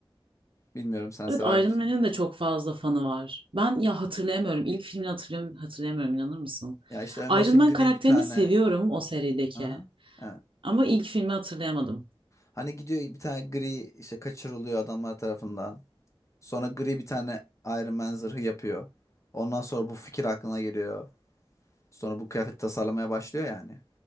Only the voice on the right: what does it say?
Evet Iron
Man'in de çok fazla fanı var. Ben ya hatırlayamıyorum. İlk filmini hatırlıyorum, hatırlayamıyorum inanır mısın?
Iron
Man
karakterini
seviyorum o serideki.
Ama ilk filmi hatırlayamadım.